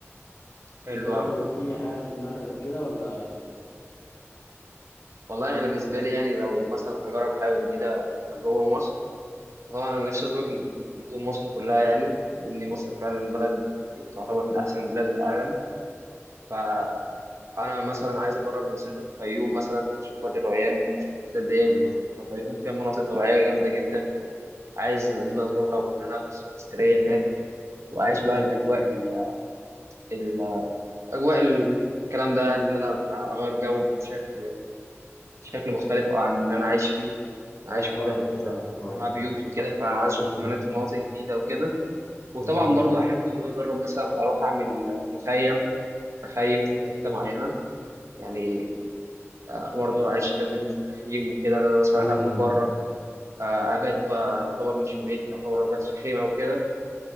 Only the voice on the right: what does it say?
حلو
أوي
والله أنا بالنسبة لي يعني لو مثلا هجرب حاجة جديدة جوه مصر طبعا أنا نفسي أزور مدن مصر كلها يعني لأن مصر فعلا بلد تعتبر من أحسن بلاد العالم ف انا مثلا عايز اجرب مسافر الفيوم مثلا اشوف وادي الريان اشوف الحتت ديت
والفيوم فيها مناطق طبيعيه جامده جدا عايز ان انا ازورها وان انا اخد صور تذكاريه هناك واعيش بقى الاجواء ال ال- اجواء ال- الكلام ده يعني ان انا أبقى اغير جو بشكل بشكل مختلف عن اللي انا عايش فيه أنا
عايش
في حتت
آه،
كلها بيوت وكده فانا عايز اشوف
مناطق مناطق جديده وكده وطبعا
برضو احب ان انا اجرب مثلا اروح اعمل مخيم مخيم في حته معينه يعني آه، برضه عشت تجربة التخييم وكده إن أنا مثلا
آكل بره آه، أبات بقى يعتبر مش في بيت يعتبر أبات في خيمة وكده